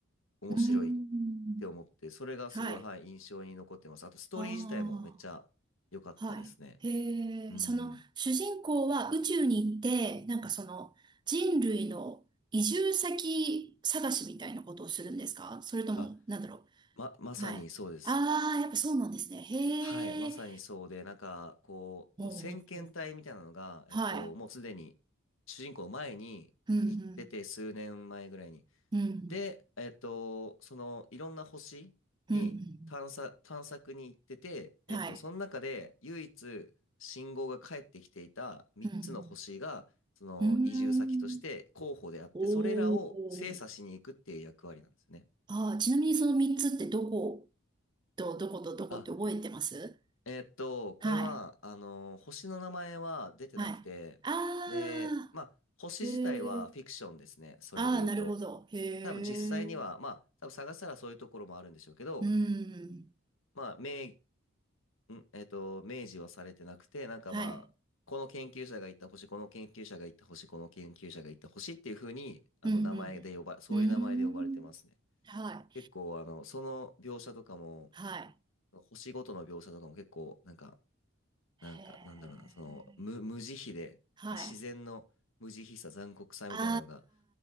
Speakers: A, on the left; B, on the right.
A: 面白いっ
B: うーん。
A: て思って、それがすごい、
B: はい。
A: はい、印象に残ってます。あと、ストーリー自体もめっちゃ良かったですね。
B: ああ。はい。へえ、
A: うん。
B: その主人公は宇宙に行って、なんかその人類の移住先探しみたいなことをするんですかそれとも、
A: あ、
B: なんだろ
A: ま、まさにそうです。
B: う。はい。ああ、やっぱそうなんですね。へえ。
A: はい、まさにそうで、なんか、こう、
B: ほうほうほうほう
A: もう先遣隊みたいなのが、
B: はい。
A: えっと、もうすでに主人公前に行ってて、
B: うん、
A: 数年前ぐらいに。
B: うん、うん、
A: で、えっと、そのいろんな星に探査、
B: うん、うん。
A: 探索に行ってて、えっと、
B: はい。
A: その中で唯一信号が返ってきていた3つの星が、
B: うん、
A: その移住先として候補であって、
B: うん。うーん。おお。
A: それらを精査しに行くっていう役割なんですね。
B: ああ、ちなみにその3つってどこと、どことどこって覚えてます
A: あ、えーっと、これは、
B: はい。
A: あの、星の名前は出てなくて、
B: はい。ああ。
A: で、まあ、星自体はフィクションですね。
B: へえ。
A: それで言うと。
B: ああ、なるほど。へ
A: 多分実際には、
B: え。
A: まあ、多分探したらそういうところもあるんでしょうけど、
B: うん。
A: まあ、名、ん、えっと、明示はされてなくて、なんかまあ、
B: はい。
A: この研究者が行った星、この研究者が行った星、この研究者が行った星っていう風に、あの、
B: うん、
A: 名前で呼ば、
B: うん、
A: そういう名前で呼ばれてますね。
B: うん。うーん。はい。
A: 結構、あの、その描写とかも、
B: はい。
A: 星ごとの描写とかも結構、なんか、なんか、
B: へえ。
A: なんだろうな、その、無、無慈悲で、
B: はい。
A: やっぱ自然の無慈悲さ、残酷さみたいなのが、
B: あ